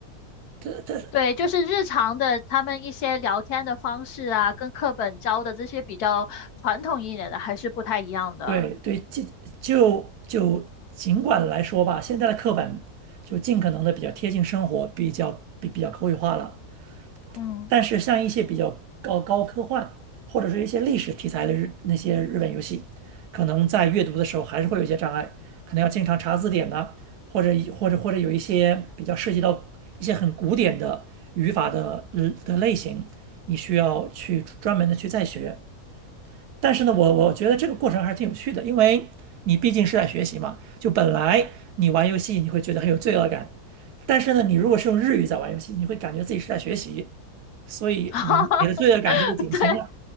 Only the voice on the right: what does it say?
它它
对对，尽就就尽管来说吧，现在的课本就尽可能的比较贴近生活，比较比比较口语化了。
但是像一些比较高高科幻或者是一些历史题材的日那些日本游戏，可能在阅读的时候还是会有一些障碍，可能要经常查字典呐、或者或者或者有一些比较涉及到一些很古典的语法的呃的类型，你需要去专门的去再学。但是呢，我我觉得这个过程还是挺有趣的，因为你毕竟是在学习嘛。就本来你玩游戏你会觉得很有罪恶感，但是呢，你如果是用日语在玩游戏，你会感觉自己是在学习，所以你你的罪恶感就会减轻了。